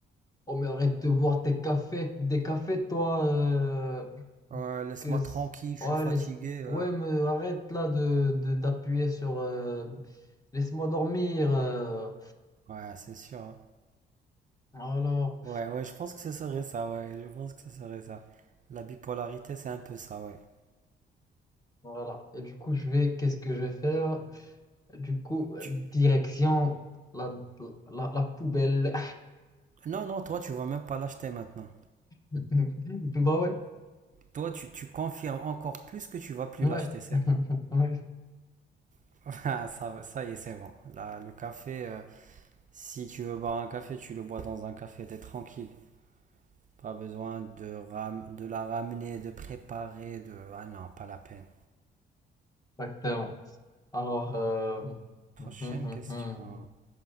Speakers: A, on the left; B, on the right.
A: oh mais arrête de boire tes cafés, des cafés, toi. euh,
B: Ouais, laisse-moi
A: que c-
B: tranquille, je
A: ouais,
B: suis fatigué.
A: laisse-
B: euh.
A: ouais, mais arrête là de, de- d'appuyer sur euh, laisse-moi dormir euh.
B: Ouais, c'est sûr. hein.
A: voilà
B: Ouais, ouais, je pense que ce serait ça, ouais. Je pense que ce serait ça. La bipolarité, c'est un peu ça, ouais.
A: voilà et du coup je vais qu'est-ce que je vais faire Du coup,
B: Tu-
A: direction la, la, la poubelle.
B: Non, non, toi, tu vas même pas l'acheter maintenant.
A: <laughs> Bah ouais,
B: Toi, tu, tu confirmes encore plus que tu vas plus
A: ouais,
B: l'acheter, c'est
A: <laughs>
B: bon.
A: ouais,
B: <laughs> Ah, ça, va- ça y est, c'est bon. Là, le café, euh, Si tu veux boire un café, tu le bois dans un café, t'es tranquille. Pas besoin de, ram- de la ramener, de préparer, de... Ah non, pas la peine.
A: exactement. Alors, euh,
B: Prochaine
A: <laughs>
B: question.